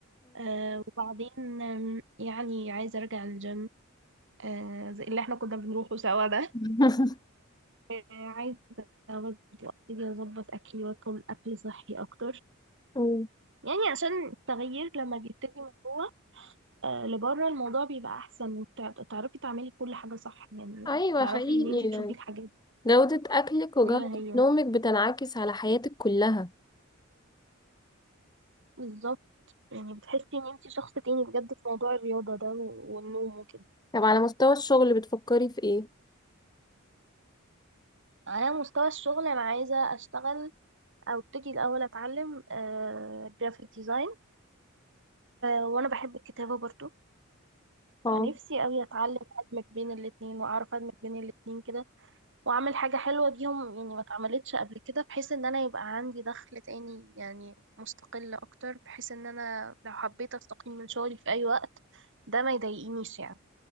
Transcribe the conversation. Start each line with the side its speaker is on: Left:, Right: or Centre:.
Right: آه، وبعدين آم، يعني عايزة أرجع الجيم آه، زي اللي احنا كنا بنروحه سوا ده
Left: مم.
Right: آه، عايزة برضه ابتدي اظبط اكلي واكل اكل صحي اكتر
Left: <laughs>
Right: يعني عشان التغيير لما بيبتدي من جوه آه، لبره الموضوع بيبقى احسن وتعرفي تعملي كل حاجة صح يعني
Left: ايوه
Right: تعرفي
Left: حقيقي
Right: ان انتي تشوفي
Left: يعني
Right: الحاجات
Left: جودة اكلك وجودة
Right: زي ما هي
Left: نومك بتنعكس على حياتك كلها
Right: بالظبط يعني بتحسي ان انتي شخص تاني بجد في موضوع الرياضة ده و- والنوم وكده
Left: طب على مستوى الشغل بتفكري في ايه
Right: على مستوى الشغل انا عايزة اشتغل او ابتدي الاول اتعلم جرافيك ديزاين وانا بحب الكتابة برضو
Left: اه
Right: فنفسي قوي اتعلم ادمج بين الاتنين واعرف ادمج بين الاتنين كده واعمل حاجة حلوة بيهم يعني ما اتعملتش قبل كده بحيث ان انا يبقى عندي دخل تاني يعني مستقل اكتر بحيث ان انا لو حبيت استقيل من شغلي في اي وقت ده ما يضايقنيش يعني